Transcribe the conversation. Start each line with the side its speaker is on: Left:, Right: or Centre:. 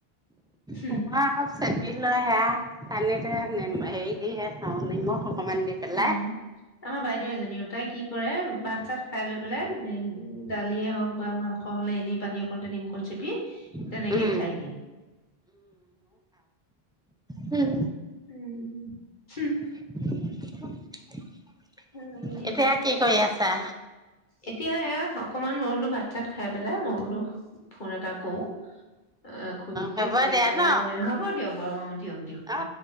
Left: হোম।
Centre: মই আকৌ চেপি লৈ সেয়া পানীতে হেৰি দিহে খাওঁ নিমখ অকমান দি পেলাই
Left: উম, আমাৰ বাইদেউ এজনীও, তাই কি কৰে ভাত চাত খাই লৈ পেলাই দালিয়ে হওক বা, মাংস হলে এনেই পানী অকণতে নিমকণ চেপি তেনেকে
Centre: উম
Left: খাই দিয়ে।
Centre: হোম।
Left: উম।
Centre: <unintelligible>
Left: হয় দিয়ক।
Centre: এতিয়া কি কৰি আছা?
Left: এতিয়া এয়া অকমান মই বোলো ভাত চাত খাই পেলাই মই বোলো ফোন এটা কৰো অ', খুৰিলে
Centre: হ'ব
Left: কৰি
Centre: দিয়া
Left: পেলাই
Centre: ন
Left: হ'ব দিয়ক। দিয়ক অ। দিয়ক
Centre: অ।